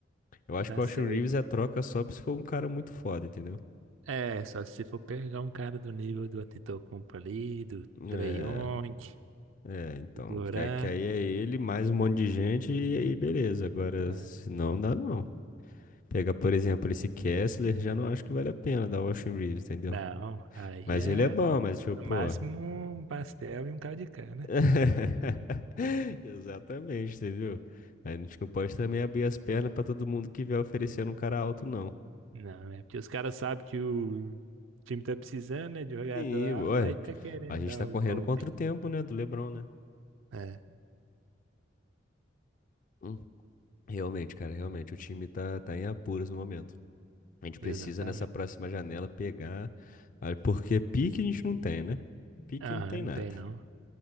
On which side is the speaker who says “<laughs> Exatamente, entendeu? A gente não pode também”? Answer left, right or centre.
Left